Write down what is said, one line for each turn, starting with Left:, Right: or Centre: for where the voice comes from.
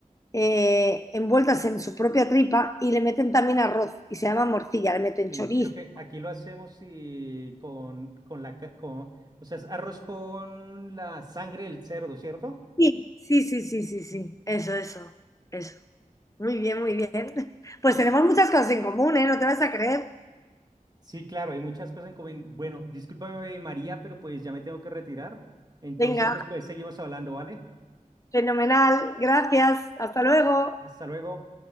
Left: eh, envueltas en su propia tripa y le meten también arroz y se llama morcilla, le meten
Right: sí,
Left: chorizo
Right: creo que aquí lo hacemos y con, con la, ca- con, o sea, es arroz con la sangre del cerdo, ¿cierto?
Left: Sí, sí, sí, sí, sí, sí. Eso, eso, eso. Muy bien, muy bien. <laughs> Pues tenemos muchas cosas en común, ¿eh? No te vas a creer.
Right: Sí, claro, hay muchas cosas en común. Bueno, discúlpame, María, pero pues ya me tengo que retirar. Entonces
Left: Venga,
Right: después seguimos hablando, ¿vale?
Left: fenomenal. Gracias. Hasta luego.
Right: Hasta luego.